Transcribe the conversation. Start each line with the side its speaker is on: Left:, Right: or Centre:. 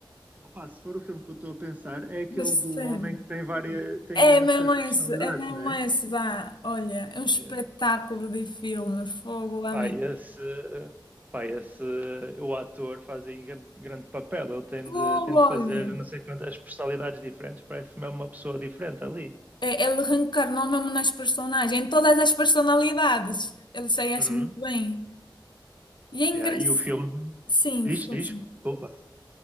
Right: opa, se for o filme que eu estou a pensar, é aquele
Left: Percebe?
Right: do homem que tem várias, tem
Left: É
Right: imensas
Left: mesmo esse,
Right: personalidades,
Left: é mesmo
Right: não é?
Left: esse, vá. Olha, é um espetáculo
Right: Eh,
Left: de filme, fogo, amém.
Right: Pá, esse, pá, esse, o ator faz aí grande, grande papel. Ele tem
Left: Fogo,
Right: de, tem de
Left: olha.
Right: fazer não sei quantas personalidades diferentes, parece mesmo uma pessoa diferente ali.
Left: É, ele reencarnou mesmo nas personagens, em todas as personalidades. Ele saía-se
Right: Uhum.
Left: muito bem. E é engraçado.
Right: Yeah, e o filme
Left: Sim,
Right: diz,
Left: força.
Right: diz, desculpa,